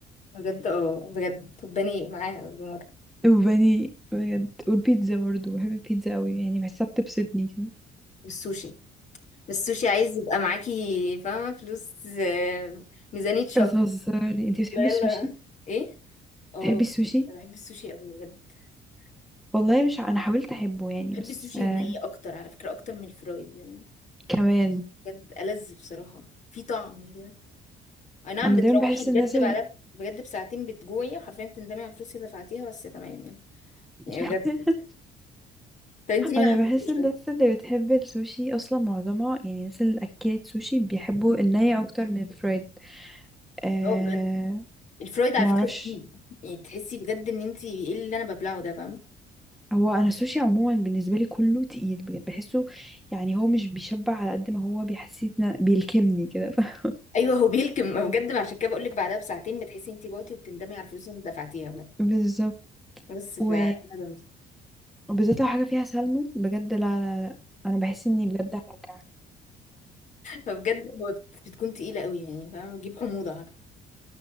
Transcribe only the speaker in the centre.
وبني بجد والبيتزا برضه بحب البيتزا قوي يعني بحسها بتبسطني كده
بتهزري انتي بتحبي
السوشي؟
بتحبي السوشي؟
<clears throat> والله مش ع- أنا حاولت أحبه يعني
بس
آه
كمان
أنا
دايما بحس
الناس ال...
<laughs>
أنا
بحس الناس
اللي بتحب السوشي أصلا معظمها يعني الناس اللي أكلت سوشي بيحبوا الني أكتر من الفرايد آه
معرفش
هو انا السوشي عموما بالنسبه لي كله تقيل بجد بحسه يعني هو مش بيشبع على قد ما هو بيحسسني بيلكمني كده ف...
<laughs>
بالظبط
و...
وبالذات لو حاجه فيها سلمون بجد لا لا لا انا بحس اني بجد هرجع